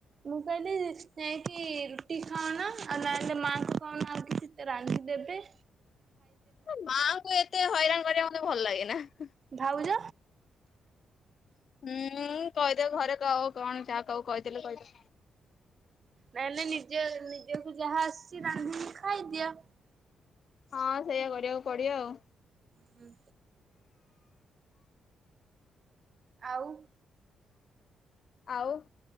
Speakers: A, on the right; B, on the left.
A: ମୁଁ କହିଲି ଯାଇଁକି ରୁଟି ଖାଉନ। ଆଉ ନହେଲେ ମାଙ୍କୁ କୋହୁନ ଆଉ କିଛି ରାନ୍ଧି ଦେବେ।
B: ମୋ ମାଆଙ୍କୁ ଏତେ ହଇରାଣ କରିବା ମ ତେ ଭଲ ଲାଗେ ନାଁ।
A: ଭାଉଜ
B: ହୁଁ କହିଦେ ଘରେ କାହାକୁ କଣ ଯାହା କାହାକୁ କହିଦେଲେ କହିଦେ।
A: ନାହିଲେ ନିଜ ନିଜକୁ ଯାହା ଆସିଚି ରାନ୍ଧିକି ଖାଇଦିଅ।
B: ହଁ ସେଇଆ କରିବାକୁ ପଡ଼ିବ ଆଉ।
A: ହୁଁ। ଆଉ
B: ଆଉ